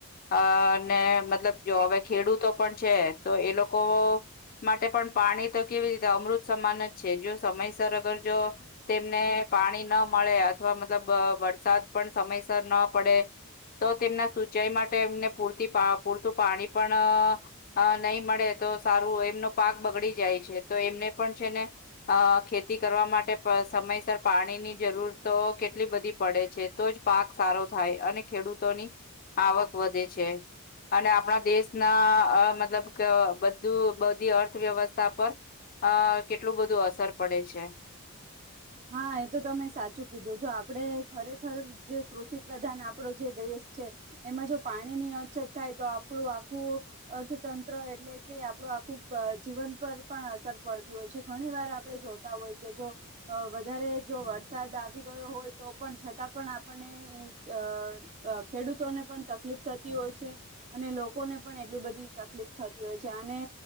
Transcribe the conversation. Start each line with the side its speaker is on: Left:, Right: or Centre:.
Left: અને મતલબ જો હવે ખેડૂતો પણ છે, તો એ લોકો માટે પણ પાણી તો કેવી રીતે અમૃત સમાન જ છે, જો સમયસર અગર જો તેમને પાણી ના મળે અથવા મતલબ વરસાદ પણ સમયસર ન પડે તો તેમના સિંચાઈ માટે એમને પૂરતી પૂરતું પાણી પણ નહીં મળે. તો સારું એમનો પાક બગડી જાય છે, તો એમને પણ છે ને અ ખેતી કરવા માટે સમયસર પાણી ની જરૂર તો કેટલી બધી પડે છે, તો જ પાક સારો થાય અને ખેડૂતોની આવક વધે છે. અને આપણા દેશના અ મતલબ કે બધું બધી અર્થવ્યવસ્ તા પર અ કેટલું બધું અસર પડે છે.
Right: હા એ તો તમે સાચું કીધું જો આપડે ખરેખર જે કૃષિ પ્રધાન આપડો જે દેશ છે, એમાં જો પાણી ની અછત થાય તો આપણું આખું અર્થતંત્ર એટલે કે આપણું આખું જીવન પર પણ અસર પડતી હોય છે, ઘણી વાર આપણે જોતા હોય કે જો અ વધારે જો વરસાદ આવી ગયો હોય તો પણ છતાં પણ આપણને અ અ ખેડૂતોને પણ તકલીફ થતી હોય છે, અને લોકોને પણ એટલી બધી તકલીફ થતી હોય છે, આ અને